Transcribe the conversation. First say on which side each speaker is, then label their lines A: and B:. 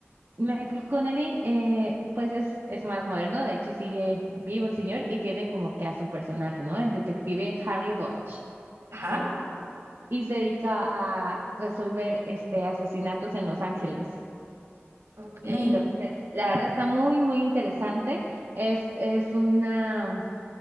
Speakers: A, on the right (about 60°); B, on the right (about 85°).
A: Michael Connelly, eh, pues es, es más moderno, de hecho sigue vivo el señor y tiene como que a su personaje, ¿no? El detective Harry Bosch
B: Ajá.
A: y se dedica a resolver este asesinatos en Los Ángeles.
B: Ok. <laughs>
A: Entonces, la verdad está muy, muy interesante. Es, es una,